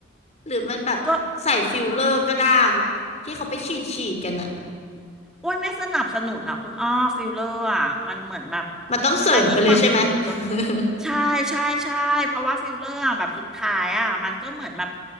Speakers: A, on the left; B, in the centre.
A: หรือมันแบบใส่ฟิลเลอร์ก็ได้
B: ก็
A: ที่เขาไปฉีดฉีดกันอะ
B: อ้วนไม่สนับสนุนอ่ะคุณอ้อฟิลเลอร์อ่ะมันเหมือนแบบ
A: มันต้องเสริมไปเลยใช่ไหม
B: อันนี้ความคิดส่วนตัว
A: <laughs>
B: ใช่ใช่ใช่เพราะว่าฟิลเลอร์อะแบบสุดท้ายอ่ะมันก็เหมือนแบบ